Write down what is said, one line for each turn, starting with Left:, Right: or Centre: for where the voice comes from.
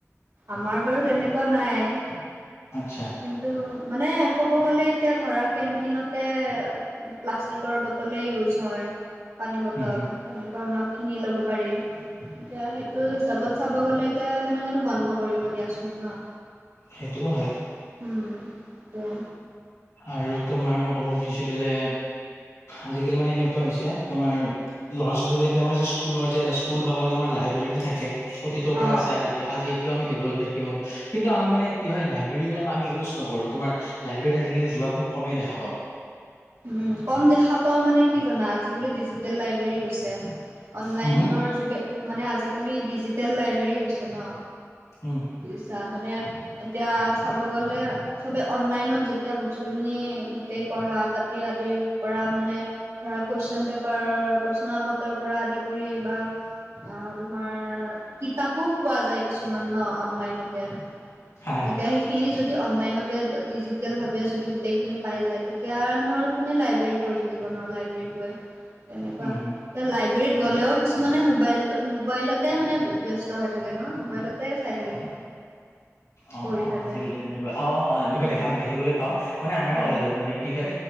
Right: আমাৰ বাৰু তেনেকোৱা নাই
Left: আচ্ছা
Right: কিন্তু মানে ক'ব গ'লে এতিয়া ধৰা কেনটিনতে প্লাষ্টিকৰ বটলেই ইউজ হয় পানী বটল
Left: উম হম
Right: এনেকোৱা ধৰণৰ কিনি লব পাৰি এতিয়া সেইটো হিচাপত চাব গলে এতিয়া কেনেকেনো বন্ধ কৰিব দিয়াচোন ন
Left: সেইটোও হয়
Right: উম দিয়া
Left: আৰু তোমাৰ মই কব খুজিছিলো যে আজিকালি মানে এনেকোৱা হৈছে তোমাৰ ল'ৰা ছোৱালী বিলাকে আমাৰ স্কুলৰ যে স্কুল বা কলেজ আমাৰ লাইব্ৰেৰী থাকে অতীতৰ পৰা
Right: অ'।
Left: আছে আজি আজি এটোও আমি দেখিব পা কিন্তু আমি মানে কি হয় লাইব্ৰেৰী বিলাক আমি ইউজ নকৰো তোমাৰ লাইব্ৰেৰীত আজিকালি যোৱা খুব কমেই দেখা পাও
Right: উ কম দেখা পাও মানে কি জানা আজিকালি ডিজিটেল লাইব্ৰেৰী হৈছে অনলাইনৰ
Left: হম হম
Right: যোগে মানে আজিকালি ডিজিটেল লাইব্ৰেৰী হৈছে ন
Left: উম
Right: বুজিছা মানে এতিয়া চাব গলে চবে অনলাইনত যেতিয়া বস্তুখিনি গোটেই পঢ়া বাত সেই আদিৰ পৰা মানে ধৰা কুৱেশন পেপাৰৰ প্ৰশ্নকাকতৰ পৰা আদি কৰি বা অহ তোমাৰ কিতাপো পোৱা যায় কিছুমান ন অনলাইনতে
Left: হয় হয়
Right: এতিয়া সেই খিনি যদি অনলাইনতে ডিজিটেলভাৱে যদি গোটেইখিনি পাই যায় তেতিয়া মানুহ আৰু কোনে লাইব্ৰেৰী পঢ়ি থাকিব ন লাইব্ৰেৰীত গৈ তেনেকোৱা
Left: উম হম
Right: এ লাইব্ৰেৰীত গ'লেও কিছুমানে মোবাইলতো মোবাইলতে মানে ব্যস্ত হৈ থাকে ন মোবাইল তে চাই থাকে
Left: অ
Right: পঢ়ি
Left: অ
Right: থাকে
Left: আজিকালি তেনেকোৱা অ অ এনেকোৱা
Right: উম
Left: দেখা দেখিবলৈ পাও মানে আমাৰে
Right: উম
Left: কলেজত মানে কি হয়